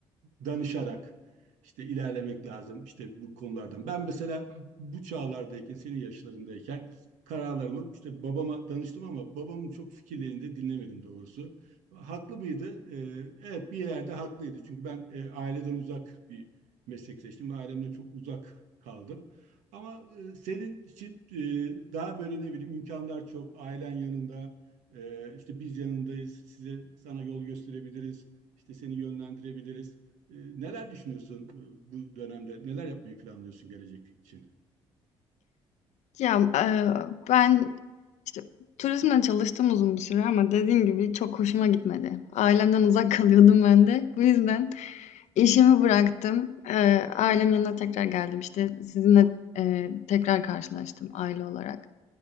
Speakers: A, on the right (about 75°); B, on the left (about 65°).
A: Danışarak işte ilerlemek lazım işte bu konulardan. Ben mesela bu çağlardayken, senin yaşlarındayken kararlarımı işte babama danıştım ama babamın çok fikirlerini de dinlemedim doğrusu. Haklı mıydı? E, evet bir yerde haklıydı. Çünkü ben e, aileden uzak bir meslek seçtim ve ailemden çok uzak kaldım. Ama e, senin için e, daha böyle ne bileyim imkanlar çok, ailen yanında, ee, işte biz yanındayız, size sana yol gösterebiliriz, işte seni yönlendirebiliriz. Ee, neler düşünüyorsun e, bu dönemde? Neler yapmayı planlıyorsun gelecek için?
B: Ya, eee, ben, işte, turizmle çalıştım uzun bir süre ama dediğim gibi çok hoşuma gitmedi. Ailemden uzak <laughs> kalıyordum ben de. Bu yüzden işimi bıraktım. Eee, ailemin yanına tekrar geldim. İşte sizinle, eee, tekrar karşılaştım aile olarak